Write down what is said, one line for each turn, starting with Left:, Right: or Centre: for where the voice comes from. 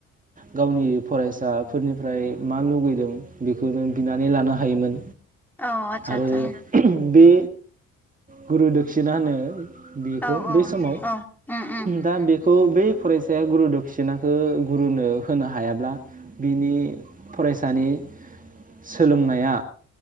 Right: गावनि फरायसाफोरनिफ्राय मा लुगैदों बेखौ नों बिनानै लानो हायोमोन।
Centre: औ आतसा
Right: आरो
Centre: आतसा
Right: बे गुरुदक्षिना होनो। बेखौ
Centre: औ
Right: बै
Centre: औ
Right: समाव
Centre: औ उम उम
Right: दा बेखौ बै फरायसाया गुरु दक्षिनाखो गुरुनो होनो हायाब्ला बिनि फरायसानि सोलोंनाया